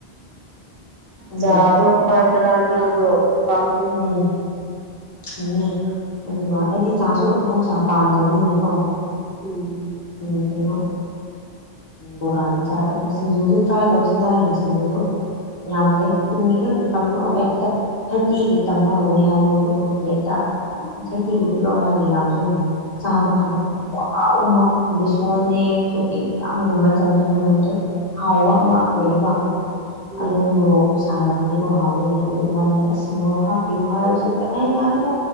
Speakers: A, on the left; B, on the right.
A: ꯑꯗꯨꯒ
B: ꯆꯥꯗꯣꯅ ꯄꯥꯠꯇꯔꯥ ꯇꯖꯣ ꯄꯝ
A: ꯎꯝ ꯑꯗꯨꯅꯦ ꯑꯗꯨꯒ ꯑꯩꯗꯤ ꯆꯥꯁꯨ ꯃꯍꯧꯁꯥ ꯄꯥꯝꯗꯕꯅꯤꯅꯀꯣ
B: ꯎꯝ
A: ꯎ ꯀꯩꯅꯣ ꯕꯣꯔꯥꯗꯨ ꯆꯥꯔꯦ ꯁꯤꯡꯖꯨꯁꯨ ꯇ꯭ꯔꯥꯏ ꯇꯧꯁꯤꯗ ꯍꯥꯏꯔꯤꯕꯁꯤꯡꯗꯨꯗꯣ ꯌꯥꯝꯗꯦ ꯀꯨꯟꯒꯤ ꯈꯛꯇ ꯇꯝꯕꯛꯑꯣ ꯑꯩꯠꯇ ꯇꯤꯒꯤ ꯇꯝꯕ ꯍꯧꯋꯦ ꯍꯥꯏ ꯃꯣꯏꯗꯨ ꯀꯣꯄ꯭ꯂꯦꯠꯇ
B: ꯑꯣ ꯑꯣ
A: ꯊꯥꯔꯇꯤꯒꯤ
B: ꯑꯣ
A: ꯄꯤꯔꯛꯑꯣ ꯍꯥꯏꯗꯤ ꯌꯥꯝꯁꯨ ꯌꯥꯝꯅ ꯆꯥꯕ ꯀꯥꯟꯗ ꯀꯥꯎ ꯑꯃ
B: ꯎꯝ
A: ꯕꯤꯁꯣꯟꯅꯦ ꯁꯣꯏꯒꯤꯅꯦ ꯌꯥꯝꯒꯨꯝꯕꯆꯟꯗꯨ ꯃꯅꯝꯗ ꯍꯥꯎꯕ ꯑꯃ ꯂꯩꯌꯦꯕ
B: ꯎꯝ
A: ꯑꯗꯨꯒ ꯃꯣꯔꯣꯛꯇꯨ ꯁꯥꯔꯝꯃꯗꯤꯀꯣ ꯍꯥꯎꯗꯣꯏꯅꯤ ꯑꯗꯣ ꯏꯕꯥꯅꯤꯗꯥ ꯑꯁ ꯃꫭꯔꫭꯛ ꯍꯥꯞꯄꯤꯌꯨ ꯍꯥꯏꯔꯨꯁꯨ ꯑꯩ ꯌꯥꯔꯒ